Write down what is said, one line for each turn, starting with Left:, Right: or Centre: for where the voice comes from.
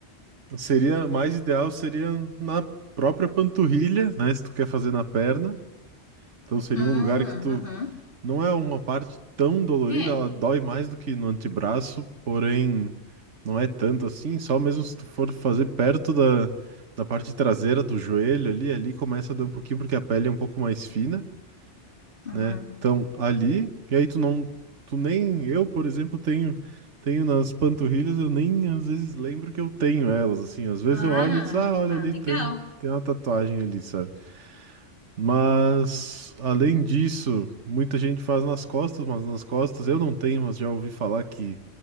Right: Seria mais ideal seria na própria panturrilha, né? Se tu quer fazer na perna. Então seria
Left: Hum,
Right: um lugar que tu
Left: uhum.
Right: não é uma parte tão dolorida,
Left: É.
Right: ela dói mais do que no antebraço, porém não é tanto assim, só mesmo se tu for fazer perto da, da parte traseira do joelho ali, ali começa a dar um pouquinho porque a pele é um pouco mais fina
Left: Uhum.
Right: né? Então, ali, e aí tu não, tu nem, eu, por exemplo, tenho, tenho nas panturrilhas, eu nem às vezes lembro que eu tenho elas, assim, às vezes
Left: Ah,
Right: eu olho e diz, ah, olha
Left: ah,
Right: ali,
Left: legal.
Right: tem, tem uma tatuagem ali, sabe? Mas, além disso, muita gente faz nas costas, mas nas costas eu não tenho, mas já ouvi falar que,